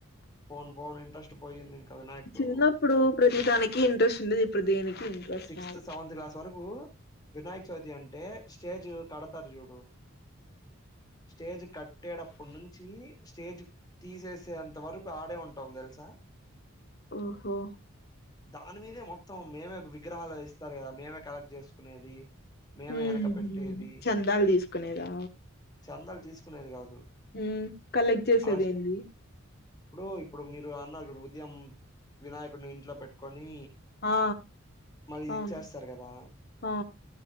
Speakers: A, on the left; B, on the left.
A: పోన్ పోన్ ఇంట్రెస్ట్ పోయింది ఇంక వినాయకుడు
B: చిన్నప్పుడు ప్రతి దానికి ఇంట్రెస్ట్ ఉండేది ఇప్పుడు దేనికి ఇంట్రెస్ట్
A: సిక్స్త్
B: రాలే
A: సెవెంత్ క్లాస్ వరకు వినాయక చవితి అంటే స్టేజ్ కడతారు చూడు స్టేజ్ కట్టేటప్పుడు నుంచి స్టేజ్ తీసేసే అంత వరకు ఆడే ఉంటాం తెలుసా
B: ఓహో
A: దాని మీదే మొత్తం మేమే విగ్రహాలు ఇస్తారు కదా మేమే కలెక్ట్ చేసుకునేది మేమే
B: ఉహు
A: ఎనక పెట్టేది
B: చందాలు తీసుకునేదా
A: చందాలు తీసుకునేది కాదు
B: ఉమ్మ్ కలెక్ట్ చేసేది
A: అలా
B: ఏంది
A: ఇప్పుడు ఇప్పుడు మీరు అన్నారు చూడు ఉదయం వినాయకుడిని ఇంట్లో పెట్టుకో ని
B: ఆ
A: మరి
B: ఆ
A: ఇచ్చేస్తారు కదా
B: ఆ